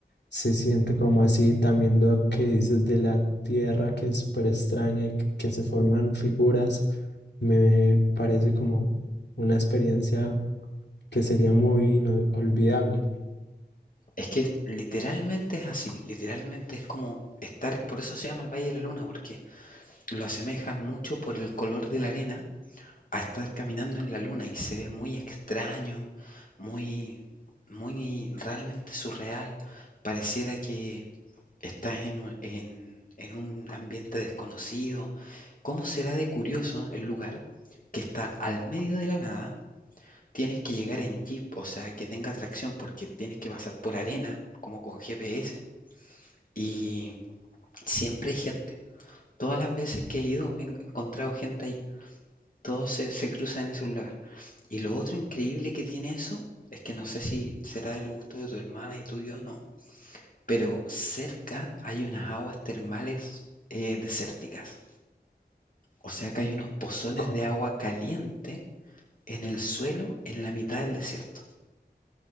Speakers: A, on the left; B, on the left.
A: se siente como así también lo que dices de la Tierra que es súper extraña y que que se forman figuras. Me parece como una experiencia que sería muy inolvidable.
B: Es que literalmente es así, literalmente es como estar, por eso se llama el Valle de la Luna, porque lo asemejan mucho por el color de la arena a estar caminando en la luna y se ve muy extraño, muy, muy realmente surreal. Pareciera que estás en, en, en un ambiente desconocido. ¿Cómo será de curioso el lugar que está al medio de la nada? Tienes que llegar en jeep, o sea, que tenga tracción porque tienes que pasar por arena, como con GPS. Y siempre hay gente. Todas las veces que he ido he encontrado gente ahí. Todos se, se cruzan en ese lugar. Y lo otro increíble que tiene eso es que no sé si será del gusto de tu hermana y tuyo o no, pero cerca hay unas aguas termales eh, desérticas. O sea que hay unos pozones
A: Co-
B: de agua caliente en el suelo en la mitad del desierto.